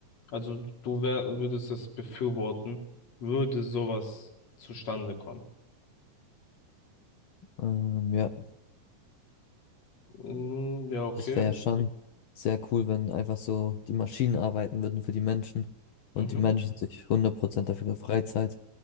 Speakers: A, on the left; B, on the left.
A: Also du wär, würdest es befürworten, würde sowas zustande kommen.
B: Ähm, ja,
A: Mm, ja, okay.
B: das wäre ja schon sehr cool, wenn einfach so die Maschinen arbeiten würden für die Menschen und
A: Mhm.
B: die Menschen sich 100% auf ihre Freizeit